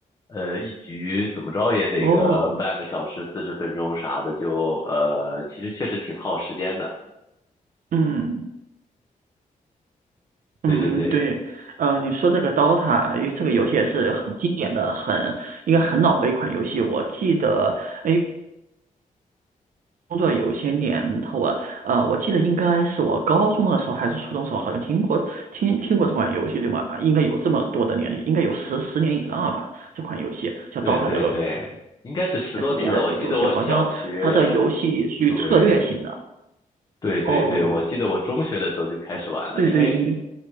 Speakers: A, on the left; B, on the right.
A: 呃，一局怎么着也得个半个小时、
B: 哦，
A: 四十分钟啥的，就呃，其实确实挺耗时间的。
B: 嗯嗯嗯，
A: 对对对
B: 对，呃，你说这个 DOTA，因为这个游戏也是很经典的，很应该很老的一款游戏。我记得，哎，工作有些年头啊，呃，我记得应该是我高中的时候还是初中的时候，好像听过听听过这款游戏对吗？应该有这么多的年，应该有十十年以上了吧？这款游戏叫《Dota》的
A: 对对对，应该是十多年了。
B: S 级的游戏，
A: 我记得我小学，
B: 好像它的游戏属于策略型的。
A: 对对对对，
B: 哦，
A: 我记得我中学的时候就开始玩了，
B: 对对，
A: 因为
B: 应